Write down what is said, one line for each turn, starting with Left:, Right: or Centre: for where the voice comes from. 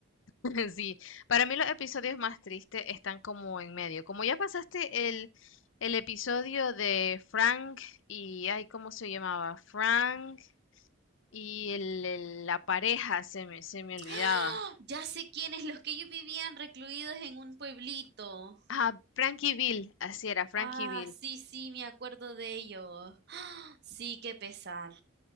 Left: <laughs> Sí, para mí los episodios más tristes están como en medio. Como ya pasaste el, el episodio de Frank y, ay, ¿cómo se llamaba? Frank y el- el- la pareja, se me, se me olvidaba.
Right: ¡Ah! Ya sé quiénes, los que ellos vivían recluidos en un pueblito.
Left: Ah, Frankie Bill, así era, Frankie
Right: Ah,
Left: Bill.
Right: sí, sí, me acuerdo de ellos. ¡Ah! Sí, qué pesar.